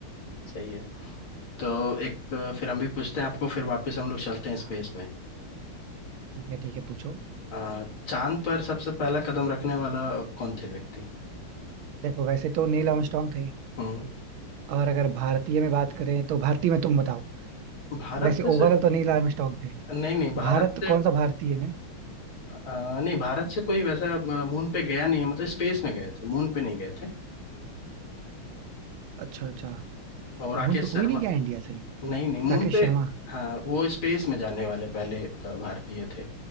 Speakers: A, on the left (about 70°); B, on the right (about 75°).
A: सही है तो एक अ, फिर हम भी पूछते हैं आपको फिर वापस हम लोग चलते हैं
B: हाँ,
A: स्पेस में
B: ठीक है ठीक है पूछो
A: अ, चांद पर सबसे पहला कदम रखने वाला कौन थे व्यक्ति
B: देखो वैसे तो नील आर्मस्ट्रांग थे
A: हम्म
B: और अगर भारतीय में बात करें तो भारतीय में तुम बताओ
A: भारत
B: वैसे
A: में से
B: ओवरऑल तो नील आर्मस्ट्रांग थे
A: नहीं नहीं भारत
B: भारत
A: से
B: कौन सा भारतीय ने
A: अ, नहीं भारत से कोई वैसा अ, मून पे गया नहीं है मतलब स्पेस में गए थे मून पे नहीं गए थे
B: अच्छा अच्छा
A: और राकेश
B: फोन पे
A: शर्मा
B: कोई नहीं गया इंडिया से
A: नहीं नहीं मून
B: राकेश
A: पे
B: शर्मा
A: हाँ वो स्पेस में जाने वाले पहले अ, भारतीय थे